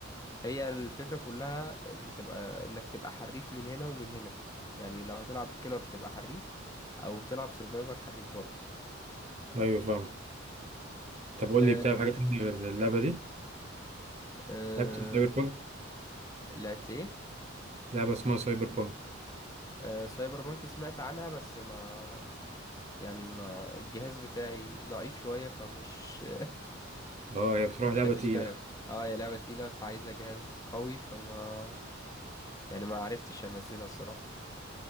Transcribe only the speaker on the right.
ايوه فاهمك طب قول
لي بتلعب حاجه تانية غير اللعبه دي
لعبت سايبر بانك
لعبه اسمها سايبر بانك
اه هي بصراحه
لعبه
تقيله